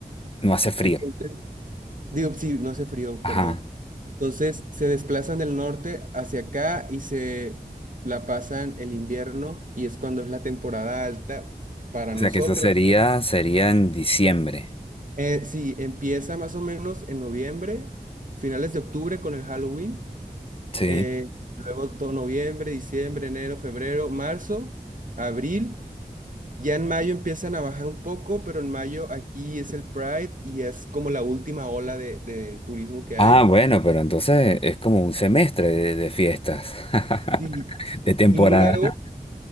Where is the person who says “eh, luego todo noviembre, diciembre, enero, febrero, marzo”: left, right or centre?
Right